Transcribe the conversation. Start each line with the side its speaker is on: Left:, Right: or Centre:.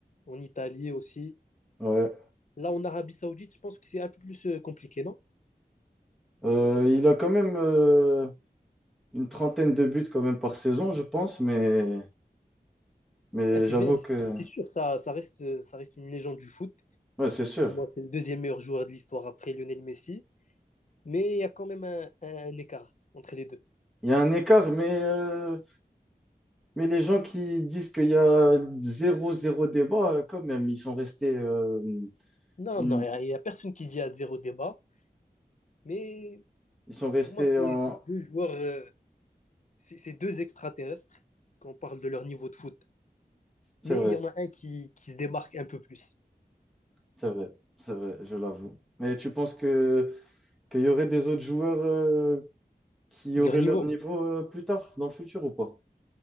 Left: en Italie aussi.
Centre: Ouais.
Left: Là, en Arabie Saoudite, je pense que c'est un peu plus euh, compliqué, non?
Centre: Euh, il a quand même euh, une trentaine de buts quand même par saison, je pense, mais, mais
Left: Ah, c'est
Centre: j'avoue
Left: bien, c'est
Centre: que
Left: c'est sûr, ça, ça reste, euh, ça reste une légende du foot.
Centre: ouais, c'est sûr.
Left: Pour moi, c'est le deuxième meilleur joueur de l'histoire après Lionel Messi. Mais il y a quand même un, un écart entre les deux.
Centre: Il y a un écart, mais, euh, mais les gens qui disent qu'il y a zéro, zéro débat, euh, quand même, ils sont restés, euh,
Left: Non,
Centre: une-
Left: non, il n'y a, il y a personne qui dit à zéro débat. Mais
Centre: ils sont restés
Left: pour moi, c'est
Centre: en...
Left: c'est deux joueurs, euh, c'est c'est deux extraterrestres quand on parle de leur niveau de foot.
Centre: C'est
Left: Mais
Centre: vrai,
Left: il y en a un qui, qui se démarque un peu plus
Centre: c'est vrai, c'est vrai, je l'avoue. Mais tu penses que qu'il y aurait des autres joueurs euh, qui
Left: de
Centre: auraient
Left: leur niveau.
Centre: leur niveau euh, plus tard, dans le futur ou pas?